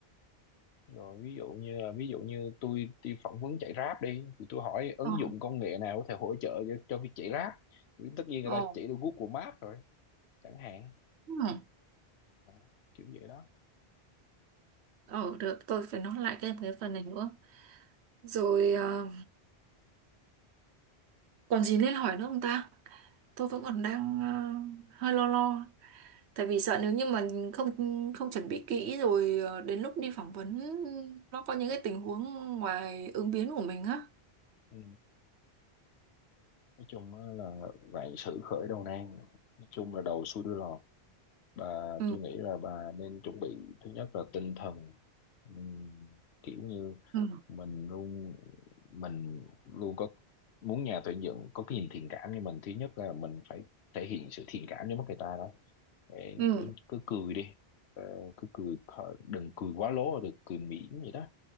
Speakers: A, on the left (about 80°); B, on the right (about 85°).
A: rồi ví dụ như là ví dụ như tôi đi phỏng vấn chạy Grab đi thì tôi hỏi ứng
B: Ờ.
A: dụng công nghệ nào có thể hỗ trợ cho, cho việc chạy Grab thì tất nhiên người
B: ồ
A: ta chỉ được Google Maps rồi chẳng hạn
B: ừ.
A: Đó, kiểu vậy đó
B: ờ được tôi phải nói lại thêm cái phần này nữa rồi ờ, còn gì nên hỏi nữa không ta tôi vẫn còn đang ờ, hơi lo lo tại vì sợ nếu như mà không không chuẩn bị kỹ rồi ờ, đến lúc đi phỏng vấn nó có những cái tình huống ngoài ứng biến của mình á
A: ừ. nói chung á là vạn sự khởi đầu nan nói chung là đầu xuôi đuôi lọt bà
B: ừ
A: tôi nghĩ là bà nên chuẩn bị thứ nhất là tinh thần Ừm, kiểu như
B: Ừ.
A: mình luôn mình luôn có muốn nhà tuyển dụng có cái nhìn thiện cảm như mình thứ nhất là mình phải thể hiện sự thiện cảm với mắt người ta đó Để
B: ừ
A: cứ cứ cười đi Ờ, cứ cười khỏi- đừng cười quá lố đừng cười mỉm vậy đó